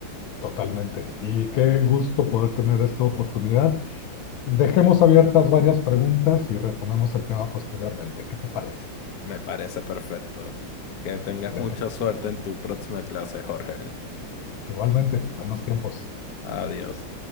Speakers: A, on the left; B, on the left.
A: totalmente. Y qué gusto poder tener esta oportunidad. Dejemos abiertas varias preguntas y retomemos el tema posteriormente. ¿Qué te parece?
B: Me parece perfecto. Que tengas
A: Excelente,
B: mucha
A: Javier.
B: suerte en tu próxima clase, Jorge.
A: Igualmente, buenos tiempos.
B: Adiós.